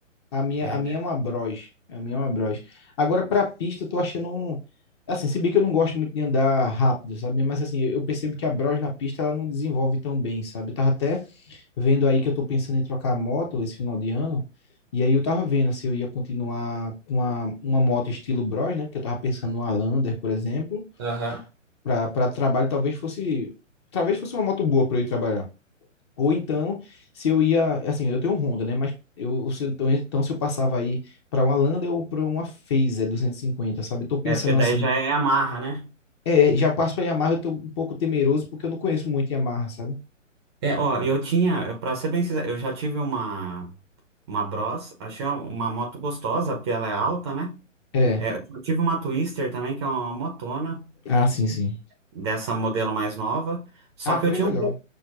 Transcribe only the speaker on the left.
A minha,
a minha é uma Bros. A minha é uma Bros. Agora, pra pista, eu tô achando um. Assim, se bem que eu não gosto muito de andar rápido, sabe? Mas assim, eu eu percebo que a Bros na pista ela não desenvolve tão bem, sabe? Eu tava até vendo aí que eu tô pensando em trocar a moto esse final de ano. E aí eu tava vendo se eu ia continuar com a, uma moto estilo Bros, né? Que eu tava pensando numa Lander, por exemplo,
pra para trabalho talvez fosse talvez fosse uma moto boa pra eu ir trabalhar. Ou então, se eu ia, assim, eu tenho um Honda, né? Mas eu, se eu- então, então se eu passava aí para uma Lander ou para uma Fazer 250 sabe? Eu tô pensando
assim.
É, já passo para Yamaha, eu tô um pouco temeroso porque eu não conheço muito Yamaha, sabe?
É.
Ah, sim, sim.
Ah,
foi
legal.